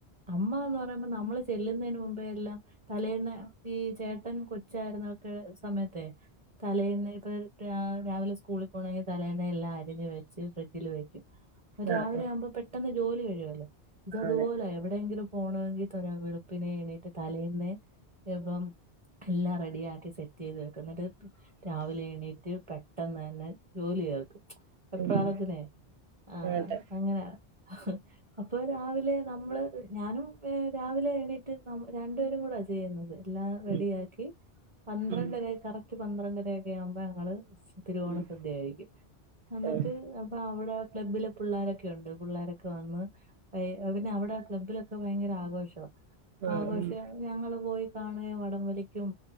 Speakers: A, on the right; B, on the right.
A: അമ്മ എന്ന് ഇപ്പം നമ്മള് ചെല്ലുന്നതിന് മുമ്പേ എല്ലാം. തലേന്ന് ഈ ചേട്ടൻ കൊച്ചായിരുന്നക്കെ സമയത്തെ തലേൽന്ന് ഇപ്പൊഴ് രാവ രാവിലെ സ്കൂള് പോണേ തലേന്നെല്ലാം അരിഞ്ഞ് വെച്ച് ഫ്രിഡ്ജിൽ വെക്കും. രാവിലെ
B: ആ ആ
A: ആവുമ്പോ പെട്ടെന്ന് ജോലി കഴിയുവല്ലോ ഇത് അതുപോലെ
B: അതെ
A: എവിടെയെങ്കിലും പോണങ്കിൽ ഇത്തരെ വെളുപ്പിനെ എണീട്ട് തലേന്നേ <unintelligible> എല്ലാം റെഡിയാക്കി സെറ്റ്യെയ്ത് വെക്കന്ന്ട്ട് രാവിലെ എണീറ്റ് പെ ട്ടെന്ന്ന്നന്നെ ജോലി യേർക്കും <inaudible> എപ്രാളത്തിനെ
B: ഉം
A: ആ
B: അതെ
A: അങ്ങനെഇഹ് അപ്പൊ രാവിലെ നമ്മള്ഞാനും. ഏ രാവിലെ എണീറ്റ് നമ്മ രണ്ടുപേരും കൂടെ <unintelligible> എല്ലാം റഡിയാക്കി
B: ഉം
A: പന്ത്രണ്ടരയ്ക
B: ഉം
A: ഒരു പന്ത്രണ്ടരൊക്കെ ആവുമ്പം അങ്ങള് തിരുവോണ
B: ഉം
A: സദ്യയിരിക്കും ന്നിട്ട്
B: ഉം
A: അപ്പൊ അവടെ ക്ലബിലും പിള്ളോരൊക്കെയുണ്ട് പിള്ളോരൊക്കെ വന്ന് പൈഅപിന്നെ അവടെ ക്ലബ്ബിലൊക്കെ ഭയങ്കര ആഘോഷവാ.
B: ഉം
A: ആഘോഷ
B: ഉം,
A: ഞങ്ങള് പോയി കാണെ വടംവലിക്കും.